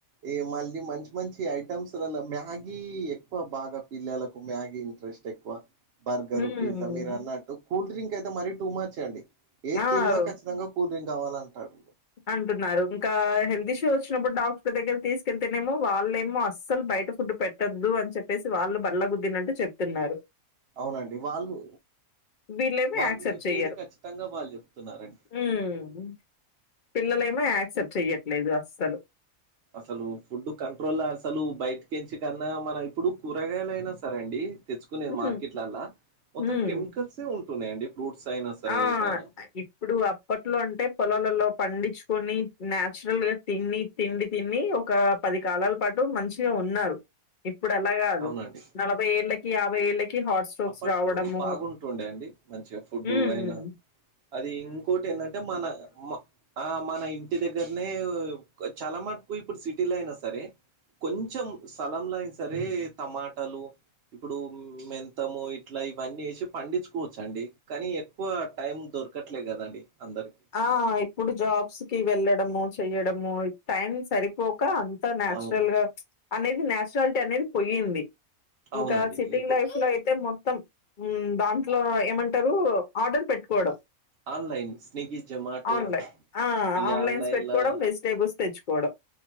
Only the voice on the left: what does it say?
హ్మ్.
ఆ!
అంటున్నారు ఇంకా హెల్త్ ఇష్యూ అచ్చినప్పుడు డాక్ ర్ దగ్గర తీసుకెళ్తేనేమో వాళ్ళేమో అస్సలు బయట ఫుడ్ పెట్టద్దు అని చెప్పేసి వాళ్ళు బల్ల గుద్దిన్నట్టు చెప్ చెప్తున్నారు
వీళ్లేమో
యాక్సెప్ట్
చెయ్యరు
ఉమ్ పిల్లలేమో యాక్సెప్ట్ చెయ్యట్లేదు అస్సలు
హ్మ్.
హ్మ్.
ఆ
ఇప్పుడు అప్పట్లో అంటె పొలాలల్లో పండిచుకొని న్యాచురల్ గా తిని తిండి తిని ఒక పది కాలాల పాటు మంచిగ ఉన్నారు ఇప్పుడు అలా కాదు
నలభై ఏళ్ళకి యాభై ఏళ్ళకి కి హాట్ స్ట్రోక్స్
రావడము
ఊమ్
ఆ ఇప్పుడు జాబ్స్ కి వెళ్ళడము చెయ్యడము టైం సరిపో క అంత నాచురల్
గా అనేది న్యాచురాలిటీ అనేది పోయింది. ఇంకా
సిటింగ్
లైఫ్ లో అయితే మొత్ మొత్తం ఉమ్ దాంట్లో ఏమంటరు ఆర్డర్ పెట్టుకోవడం.
online. ఆ!
ఆన్‌లైన్స్
పెట్టుకోవడం,
వెజిటబుల్స్ తెచ్చుకోవడం.